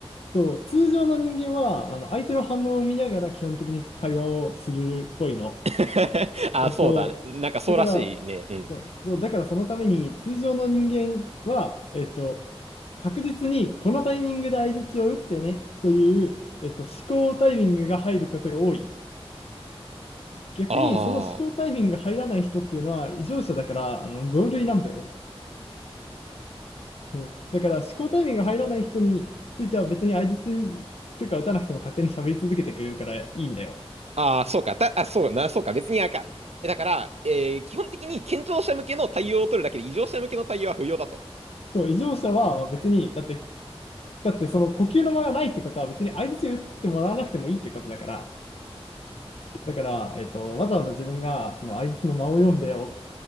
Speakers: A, on the left (about 70°); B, on the right (about 85°).
A: と通常の人間は、あの、相手の反応を見ながら基本的に会話をするっぽいの。
B: <laughs> ああ、
A: えっと、
B: そうだね。なんかそうらしいね。
A: だから、
B: うん。
A: そう、そうだからそのために、通常の人間は、えっと、確実に、このタイミングで相槌を打ってね、という、えっと、思考タイミングが入ることが多い。逆にその思考タイミングが入らない人っていうのは異常者だからあの同類なんだよね。
B: ああ。
A: そうだから思考タイミングが入らない人については別に相槌にというか打たなくても勝手に喋り続けてくれるからいいんだよ。
B: ああ、そうか。だ、あ、そうな、そうか。別にあかえだから、えー基本的に健常者向けの対応を取るだけで異常者向けの対応は不要だと。
A: そう異常者はまあ別にだってだってその呼吸の間がないってことは別に相槌打ってもらわなくてもいいってことだからだから、えっと、わざわざ自分がその相槌の間を読んでお